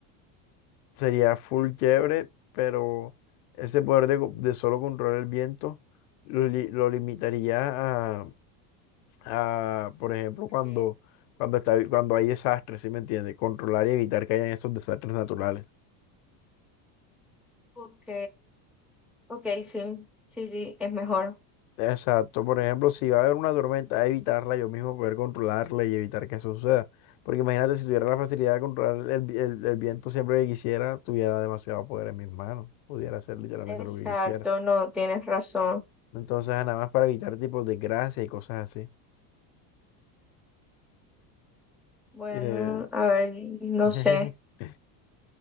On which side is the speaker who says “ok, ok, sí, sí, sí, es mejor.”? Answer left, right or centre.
Centre